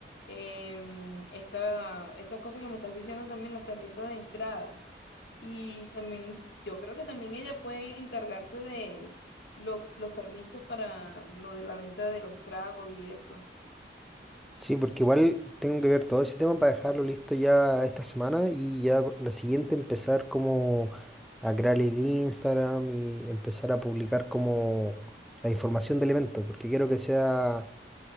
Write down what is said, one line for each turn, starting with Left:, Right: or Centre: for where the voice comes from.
Left: em, esta, estas cosas que me estás diciendo también, las tarjetas de entradas. Y también, yo creo que también ella puede encargarse de los, los permisos para lo de la venta de los tragos y eso.
Centre: Sí, porque igual tengo que ver todo ese tema para dejarlo listo ya esta semana y ya co- la siguiente empezar como a crear el Instagram y empezar a publicar como la información del evento, porque quiero que sea